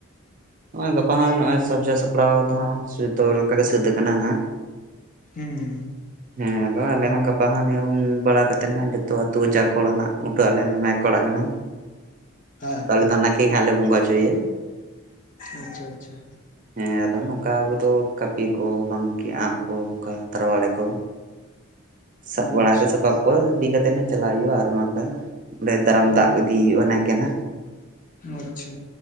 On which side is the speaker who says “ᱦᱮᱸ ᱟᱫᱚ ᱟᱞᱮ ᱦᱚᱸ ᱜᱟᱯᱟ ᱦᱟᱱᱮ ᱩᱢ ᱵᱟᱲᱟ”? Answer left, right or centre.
Right